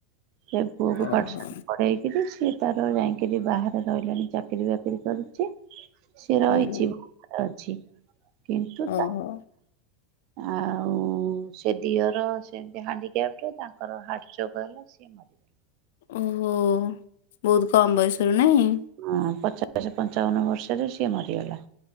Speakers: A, on the right; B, on the left.
A: ସେ ପୁଅକୁ
B: ଓହୋ
A: ପାଠ ସାଠ ପଢେଇକି କିରି ସିଏ ତାର ଯାଇଁକିରି ବାହାରେ ରହିଲାଣି ଚାକିରି ବାକିରି କରୁଚି। ସେି ରହିଛି
B: ହୁଁ
A: ଅଛି <unintelligible> କିନ୍ତୁ
B: ଓହୋ
A: ତା ଆଉ ସେ ଦିଅର ସେମିତି ହାଣ୍ଡି କ୍ୟାପ୍ଟ, ତାଙ୍କର ହାର୍ଟଚୋକ ହେଲା ସିଏ ମରିଗଲେ।
B: ଓହୋ, ବହୁତ କମ୍ ବୟସରୁ ନାଇଁ?
A: ହଁ, ପଚାଶ, ପଞ୍ଚାବନ ବର୍ଷରେ ସିଏ ମରିଗଲା।